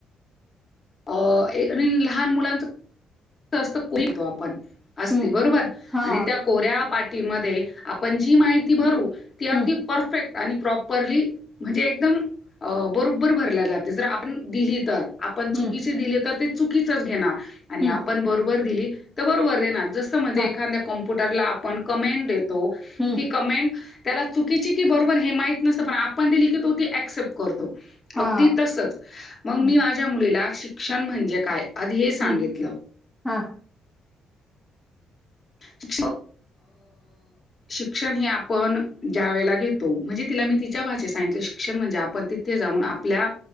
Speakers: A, on the left; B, in the centre.
A: अ ए आणि लहान मुलांच हट्ट असत, तरी तो पण, असती
B: हम्म
A: बरोबर
B: हा
A: आणि त्या कोऱ्या पाठीमध्ये आपण जी माहिती भरू, ती अगदी
B: हम्म
A: परफेक्ट, आणि प्रॉपरली म्हणजे एकदम अ.. बरोबर भरल्या जाते जर आपण दिली तर, आपण चुकीचे
B: हम्म
A: दिले तर ते चुकीचच घेणार आणि
B: हम्म
A: आप पण बरोबर दिली तर बरोबर दे जस म्हणजे
B: हा
A: एखाद्या कमप्युटरला आपण कमेंट देतो.
B: हम्म
A: की कमेंट त्याला चुकीची की बरोबर हे माहीत नसतं. पण आपण दिली की तो ती ऍक्सेप्ट करतो.
B: हा
A: अगदी तसच, मग
B: हम्म
A: मी माझ्या मुलीला शिक्षण म्हणजे काय आधी हे
B: हम्म
A: सांगितलं.
B: हा,
A: शिक्ष. शिक्षण हे आपण ज्यावेळेला घेतो म्हणजे तिला, मी तिच्या भाषेत सांगितलं. म्हणजे आपण तिथे जाऊन आपल्या